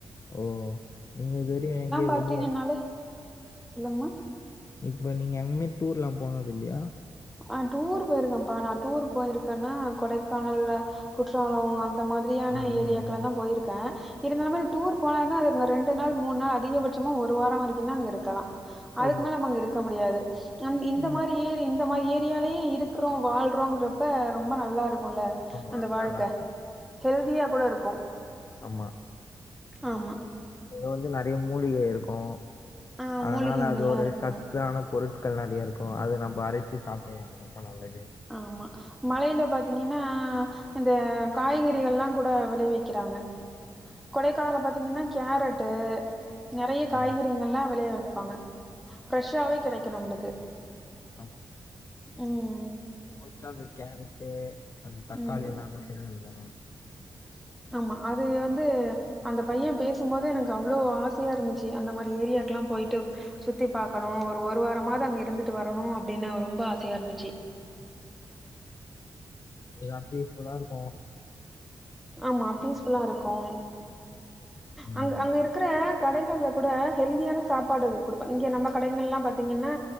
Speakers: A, on the left; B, in the centre.
A: ஓ நீங்க இது வர எங்கய
B: பாத்தீங்கன்னாலே
A: வெளியே
B: சொல்லுங்கமா
A: இப்ப நீங்க எங்கமே டூர் எல்லாம் போனது இல்லையா
B: ஆஹ் டூர் போயிருக்கேன்ப்பா நான் டூர் போயிருக்கேன்னா கொடைக்கானல் குற்றாலம் அந்த மாதிரியான
A: ஆ, ஆ,
B: ஏரியாக்கல
A: ஆ.
B: தான் போயிருக்கேன் இருந்தாலும் டூர் போனாலுே அங்கே ரெண்டு நாள் மூணு நாள் அதிகபட்சமா ஒரு வாரம் வரைக்கும் தான் அங்க இருக்கலாம் அதுக்கு
A: ஆமா.
B: மேல நம்ம அங்க இருக்க முடியாது <inaudible> அ இந்த
A: ம்.
B: மாரி ஏறி மா ஏரியாலேயே இருக்கிறோம் வாழ்றோங்கிறப்ப ரொம்ப நல்லா இருக் கும்ல
A: ஆமா.
B: அந்த வாழ்க்கை
A: நல்லாருக்கும்.
B: ஹெல்தியாக கூட இருக்கும்
A: ஆமா
B: ஆமா
A: இது வந்து நிறைய மூலிகை இருக்கும்
B: ஆ
A: அதனால
B: மூலிகைங்கள்லாம்
A: அது ஒரு
B: இருக்கும்.
A: சத்தான பொருட் க்கள் நிறைய இருக்கும் அது நம்ப அரைச்சு சாப்பிலாம் ரொம்ப நல்லது
B: ஆமா மழையில பாத்தீங்கன்னா இந்த காய்கறிகள் எல்லாம் கூட விளைவிக்கிறாங்க கொடைக்கானல பாத்தீங்கன்னா கேரட்டு நிறைய காய்கறிகள்
A: ம்.
B: எல்லாம் விளையா பாங்க ப்ரஸ்ஸவே கிடைக்கும் நம்பளுக்கு
A: ஆமா
B: உம்
A: மோஸ்டா அந்த கேரட்டு அந்த தக்காளி
B: ம்
A: எல்லாம் <unintelligible>
B: <inaudible> ஆமா அது வந்து அந்த பையன் பேசும்போது எனக்கு அவ்வளோ ஆச ஆசையா இருந்துச்சு அந்த மாரி ஏரியாக்கெல்லாம் போயிட்டு சுத்தி பாக்கணும் ஒரு ஒரு வாரம் அங்க இருந்துட்டு வரணும் அப்டின்னு ரொம்ப ஆசையா இருந்துச்சு
A: எல்லா பீஸ் புல்லா இருக்கும்
B: ஆமா பீஸ் புல்லா இருக்கும்
A: ம்.
B: அங் அங்க இருக்கற கடைகள்ல கூட ஹெல்தியான சாப்பாடு கொடுப்ப இங்க நம்ம கடைகள் எல்லாம் பாாரத்தீங்கன்னா